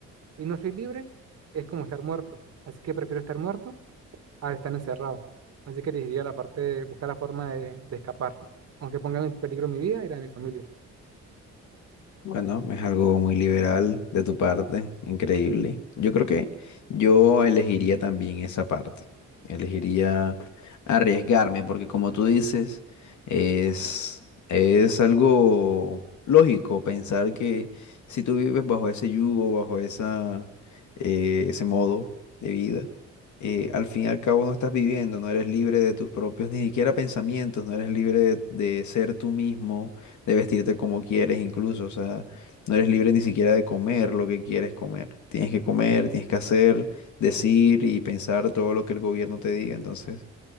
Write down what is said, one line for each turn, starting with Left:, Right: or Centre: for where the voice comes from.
Right: y no soy libre, es como estar muerto, así que prefiero estar muerto al estar encerrado. Así que elegiría la parte de buscar la forma de, de escapar, aunque ponga en peligro mi vida y la de mi familia.
Left: Bueno, es algo muy liberal de tu parte, increíble. Yo creo que yo elegiría también esa parte. Elegiría arriesgarme, porque como tú dices, es, es algo lógico pensar que si tú vives bajo ese yugo, bajo esa, eh, ese modo de vida, eh, al fin y al cabo no estás viviendo, no eres libre de tus propios ni siquiera pensamientos, no eres libre de de ser tú mismo de vestirte como quieres incluso, o sea, no eres libre ni siquiera de comer lo que quieres comer. Tienes que comer, tienes que hacer, decir y pensar todo lo que el gobierno te diga. Entonces,